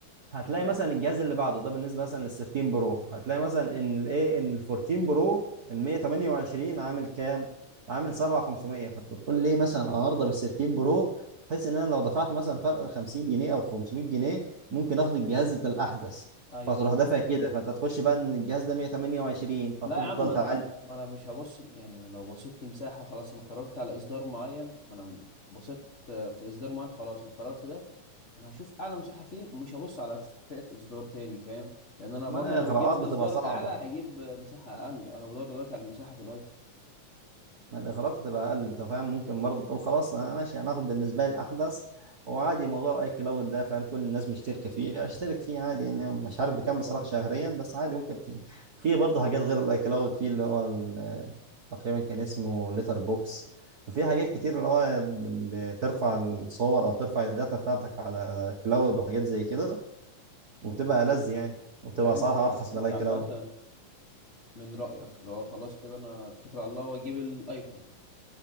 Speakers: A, on the right; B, on the left.
A: هتلاقي
B: تمام
A: مثلا الجهاز اللي بعده ده بالنسبه مثلا لل 13 برو هتلاقي مثلا ان الايه ان ال 14 برو ال 128 عامل كام؟ عامل 7500 فانت تقول لي مثلا انا ارضى بال 13 برو بحيث ان انا لو دفعت مثلا فرق 50 جنيه او 500 جنيه ممكن اخد الجهاز بتاع الاحدث
B: ايوه
A: فتروح دافع كده فانت تخش بقى ان الجهاز ده 128 فتفضل
B: لا يا عم انا
A: تعلي
B: ما انا مش هبص يعني لو بصيت لمساحه خلاص انا قررت على اصدار معين فانا بصيت آه، في اصدار معين خلاص انا قررت ده انا هشوف اعلى مساحه فيه ومش هبص على فئه اصدار تاني فاهم لان انا
A: ما
B: برضو لو
A: اغراءات
B: جبت الاصدار
A: بتبقى صعبه
B: الاعلى هجيب مساحه اقل انا بدور دلوقتي على المساحه في الايفون
A: ما الاغراءات هتبقى اقل انت فاهم ممكن برضه تقول خلاص انا ماشي هناخد بالنسبه لي الاحدث وعادي موضوع اي كلاود ده فاهم كل الناس مشتركه فيه اشترك فيه عادي يعني مش
B: اشوف
A: عارف بكام بصراحه
B: أهو.
A: شهريا بس عادي ممكن ت- في برضه حاجات غير الاي كلاود في اللي هو ال- تقريبا كان اسمه ليتر بوكس ففي حاجات كتير اللي هو بترفع الصور او ترفع الداتا بتاعتك على كلاود وحاجات زي كده وبتبقى ألذ يعني وبتبقى
B: يعني
A: اسعارها
B: انت
A: ارخص
B: انت
A: من الاي
B: عامه
A: كلاود
B: من رايك لو خلاص كده انا اتكل على الله واجيب الايفون